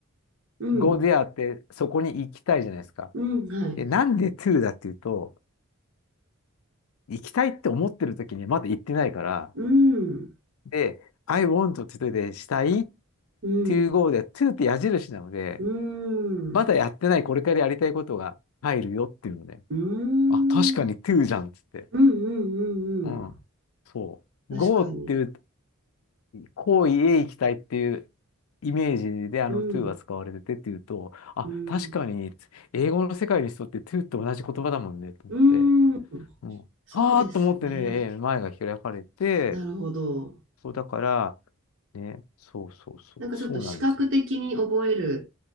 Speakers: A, on the right; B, on the left.
A: うん。
B: go there ってそこに行きたいじゃないですか。
A: うん。はい。
B: で、なんで to だっていうと、行きたいって思ってる時にはまだ行ってないから、
A: うん。
B: で、I want to でしたい
A: うん。
B: to go で to って矢印なので、
A: うん。
B: まだやってないこれからやりたいことが入るよっていうので、
A: うん。うん。
B: あ、確かに
A: うん。
B: to じゃんっつって。
A: うん。う
B: うん。
A: ん
B: そう。
A: 確かに。
B: Go っていう、行為へ行きたいっていうイメージであの
A: うん。
B: to は使われててっていうと、あ、
A: うん。
B: 確かに英語の世界にとって to と同じ言葉だもんねと思って、
A: うん。
B: うん。
A: そうですね。
B: ああと思ってね、えー前が開かれて、
A: なるほど。
B: そうだから、ね、そうそうそう、
A: なんかちょっと視覚的に覚える
B: そうなんですよ。